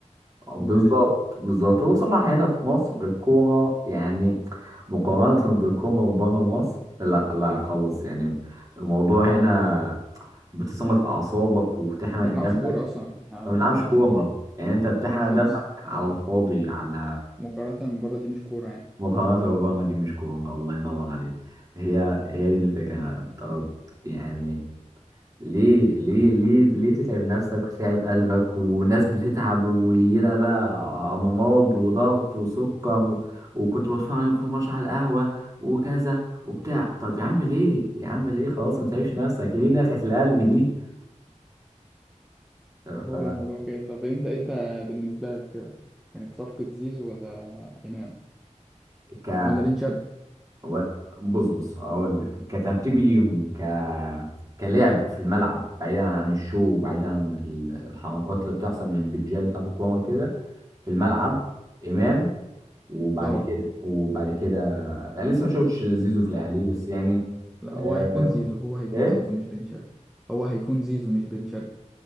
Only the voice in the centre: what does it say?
و يعني
ما
بيلعبش كوره اصلا ما
بيلعبش
كوره
بالظبط
آه،
مقارنه بره دي مش كوره يعني
هو الموضوع كده طب انت انت بالنسبة لك كده كانت صفقة زيزو ولا إمام
ولا بن شرقي
طبعا
لا
هو هيكون زيزو هو هيكون
زيزو مش بن شرقي هو هيكون زيزو مش بن شرقي